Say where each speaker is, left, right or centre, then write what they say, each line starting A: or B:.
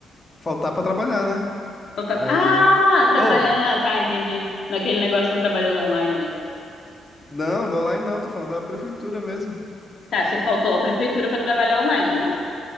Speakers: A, on the left; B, on the left.
A: faltar pra trabalhar, né?
B: Eu
A: Aí.
B: Ah, trabalhar.
A: Ô,
B: Ah, Tá, entendi. Naquele negócio você trabalhando online, né?
A: não, do online não, tô falando da prefeitura mesmo.
B: Tá, você faltou a prefeitura pra trabalhar online, não?